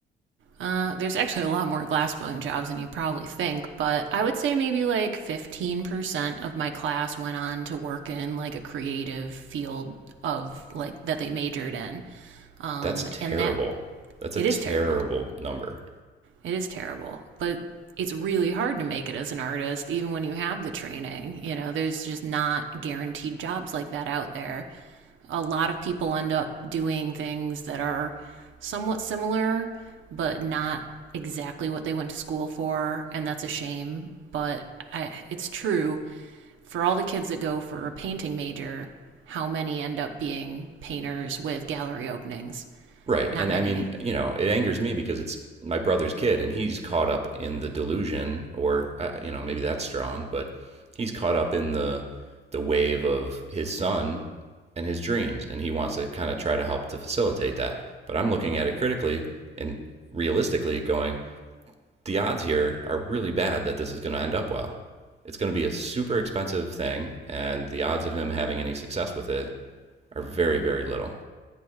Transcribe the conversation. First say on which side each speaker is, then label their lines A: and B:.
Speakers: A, on the right; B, on the right.
A: Uh, there's actually a lot more glass blowing jobs than you probably think, but I would say maybe like 15% of my class went on to work in like a creative field of like that they majored in. Um,
B: That's terrible.
A: and that
B: That's
A: it
B: a terrible
A: is terrible.
B: number.
A: It is terrible, but it's really hard to make it as an artist, even when you have the training. You know, there's just not guaranteed jobs like that out there a lot of people end up doing things that are somewhat similar, but not exactly what they went to school for, and that's a shame. But I, it's true for all the kids that go for a painting major, how many end up being painters with gallery openings?
B: Right.
A: Not
B: And
A: many.
B: I mean, you know, it angers me because it's my brother's kid and he's caught up in the delusion or you know, maybe that's strong, but he's caught up in the the wave of his son and his dreams and he wants to kind of try to help to facilitate that. But I'm looking at it critically and realistically going, the odds here are really bad that this is going to end up well. It's going to be a super expensive thing and the odds of him having any success with it are very, very little.